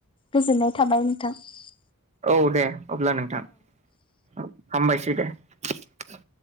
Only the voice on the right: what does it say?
औ दे अब्ला नोंथां औ । हामबायसै दे ।